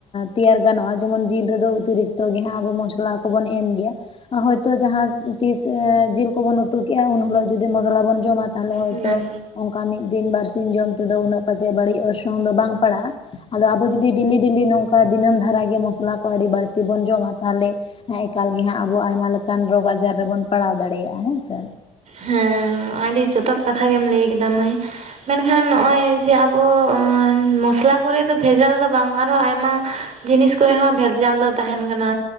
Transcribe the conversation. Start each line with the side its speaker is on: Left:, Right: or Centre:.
Left: ᱛᱮᱭᱟᱨ ᱜᱟᱱᱚᱜᱼᱟ ᱡᱮᱢᱚᱱ ᱡᱤᱞ ᱨᱮᱫᱚ ᱚᱛᱤᱨᱤᱠᱛᱚ ᱜᱮ ᱦᱟᱸᱜ ᱟᱵᱚ ᱢᱚᱥᱞᱟ ᱠᱚᱵᱚᱱ ᱮᱢ ᱜᱮᱭᱟ᱾ ᱦᱚᱭᱛᱳ ᱡᱟᱦᱟᱸ ᱛᱤᱥ ᱡᱤᱞ ᱠᱚᱵᱚᱱ ᱩᱛᱩ ᱠᱮᱜ-ᱟ ᱩᱱ ᱦᱤᱞᱳᱜ ᱡᱩᱫᱤ <unintelligible> ᱵᱚᱱ ᱡᱚᱢᱟ᱾ ᱛᱟᱦᱚᱞᱮ ᱦᱳᱭᱛᱚ
Right: ᱦᱮᱸ
Left: ᱚᱱᱠᱟ ᱢᱤᱫ ᱫᱤᱱ ᱵᱟᱨ ᱥᱤᱧ ᱡᱚᱢ ᱛᱮᱫᱚ ᱩᱱᱟᱹᱜ ᱯᱟᱪᱮᱫ ᱵᱟᱹᱲᱤᱡ ᱚᱨᱥᱚᱝ ᱚᱝ ᱫᱚ ᱵᱟᱝ ᱯᱟᱲᱟᱜᱼᱟ ᱟᱫᱚ ᱟᱵᱚ ᱡᱩᱫᱤ ᱰᱮᱞᱤ ᱰᱮᱞᱤ ᱱᱚᱝᱠᱟ ᱫᱤᱱᱟᱹᱢ ᱫᱷᱟᱨᱟᱜ ᱜᱮ ᱢᱚᱥᱞᱟ ᱠᱚ ᱟᱹᱰᱤ ᱵᱟᱹᱲᱛᱤ ᱛᱮᱵᱚᱱ ᱡᱚᱢᱟ ᱛᱟᱦᱚᱞᱮ ᱦᱮᱸ ᱮᱠᱟᱞ ᱜᱮ ᱦᱟᱸᱜ ᱟᱵᱚ ᱟᱭᱢᱟ ᱞᱮᱠᱟᱱ ᱨᱳᱜᱽ ᱟᱡᱟᱨ ᱨᱮᱵᱚᱱ ᱯᱟᱲᱟᱣ ᱫᱟᱲᱮᱭᱟᱜᱼᱟ ᱦᱮᱸᱥᱮ
Right: ᱦᱮᱸ ᱟᱹᱰᱤ ᱡᱚᱛᱷᱟᱛ ᱠᱟᱛᱷᱟ ᱜᱮᱢ ᱞᱟᱹᱭ ᱠᱮᱫᱟ ᱢᱟᱹᱭ ᱢᱮᱱᱠᱷᱟᱱ ᱱᱚᱜᱼᱚᱭ ᱡᱮ ᱟᱵᱚ ᱢᱚᱥᱞᱟ ᱠᱚᱨᱮ ᱫᱚ ᱵᱷᱮᱡᱟᱞ ᱫᱚ ᱵᱟᱝ ᱨᱮᱦᱚ ᱟᱨᱦᱚᱸ ᱟᱭᱢᱟ ᱡᱤᱱᱤᱥ ᱠᱚᱨᱮ ᱦᱚᱸ ᱵᱷᱮᱨᱡᱟᱞ ᱫᱚ ᱛᱟᱦᱮᱱ ᱠᱟᱱᱟ᱾